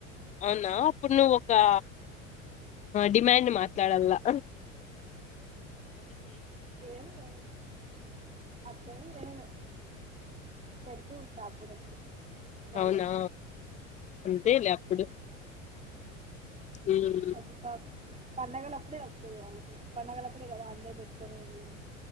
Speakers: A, on the left (about 20°); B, on the right (about 20°).
A: అవునా అప్పుడు నువ్వు ఒక డిమాండ్ మాట్లాడలా
B: ఏం లేదు అట్లేం లేదు పెడుతు ఉంటా అప్పుడప్పుడు వాళ్ళు
A: అవునా
B: వస్తే
A: అంతే లే అప్పుడు మ్మ్
B: అది కాదు పండగల అప్పుడే వచ్చేది వాళ్ళు కూడా పండగల అప్పుడే కదా అందరు పెట్టుకునేది